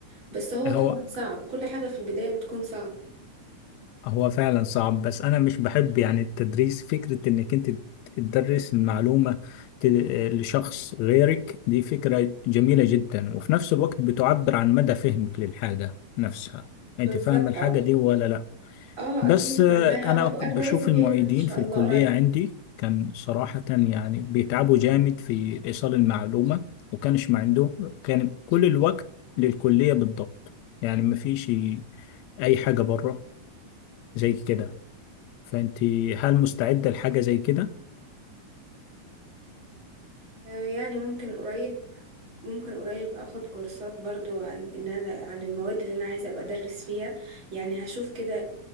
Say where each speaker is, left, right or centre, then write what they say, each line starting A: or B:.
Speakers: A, on the right; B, on the left.
A: بس هو
B: هو
A: طبعا صعب كل حاجة في البداية بتكون صعبة
B: هو فعلا صعب بس انا مش بحب يعني التدريس فكرة انك انت تدرس المعلومة ت- لشخص غيرك دي فكرة جميلة جدا وفي نفس الوقت بتعبر عن مدى فهمك للحاجة نفسها
A: بالظبط
B: انت فاهم الحاجة
A: اه
B: دي ولا لا
A: اه
B: بس
A: أكيد
B: آه،
A: فاهماها
B: انا
A: وهبقى
B: ك- بشوف
A: كويسة فيها
B: المعيدين
A: إن شاء
B: في
A: الله
B: الكلية
A: قريب
B: عندي كان صراحة يعني بيتعبوا جامد في ايصال المعلومة وكانش ما عندهم كان كل الوقت للكلية بالضبط يعني ما فيش اي حاجة بره زي كده فانت هل مستعدة لحاجة زي كده؟
A: آه، يعني ممكن قريب ممكن قريب اخد كورسات برضو عن ان انا عن المواد اللي انا عايزه ابقى ادرس فيها يعني هشوف كده